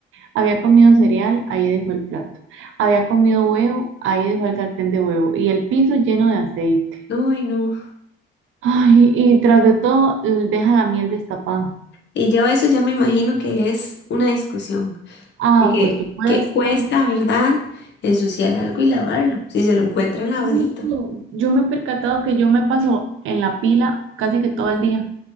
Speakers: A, on the right; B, on the left.
A: Había comido cereal, ahí dejó el plato. Había comido huevo, ahí dejó el sartén de huevo. Y el piso lleno de aceite.
B: Uy, no.
A: Ay, y tras de todo, eh, deja la miel destapada.
B: Y yo eso ya me imagino que es una discusión.
A: Ah,
B: Dije,
A: por supuesto.
B: que cuesta, ¿verdad? Ensuciar algo y lavarlo. Si se lo encuentran lavadito.
A: Eso, Yo me he percatado que yo me paso en la pila casi que todo el día